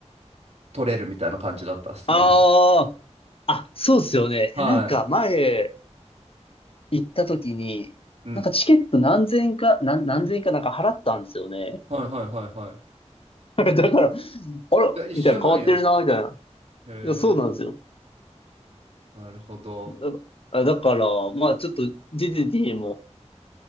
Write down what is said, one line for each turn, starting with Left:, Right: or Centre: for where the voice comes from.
Right: 取れるみたいな感じだったっすね。
Left: ああ、あ、そうですよね。
Right: はい。
Left: えなんか前行った時に、
Right: うん。
Left: なんかチケット何千円か、何、何千円かなんか払ったんですよね。
Right: はいはいはいはい。
Left: <laughs> だから、あら、
Right: いや、一緒なんや、
Left: みたいな変わってるな、
Right: そこ。
Left: みたいな。
Right: へえ、
Left: いや、そうなんですよ。
Right: なるほど。
Left: だ、あだから、まあちょっとディズニーも、